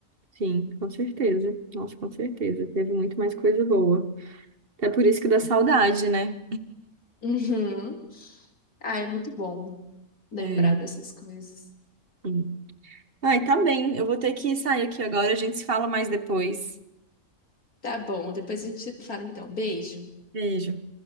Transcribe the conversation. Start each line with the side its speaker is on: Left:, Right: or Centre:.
Right: sim, com certeza. Nossa, com certeza. Teve muito mais coisa boa. Até por isso que dá saudade, né?
Left: Uhum. Ah, é muito bom lembrar
Right: É,
Left: dessas coisas.
Right: sim. Ai, tá bem. Eu vou ter que sair aqui agora. A gente se fala mais depois.
Left: Tá bom, depois a gente fala então. Beijo.
Right: Beijo.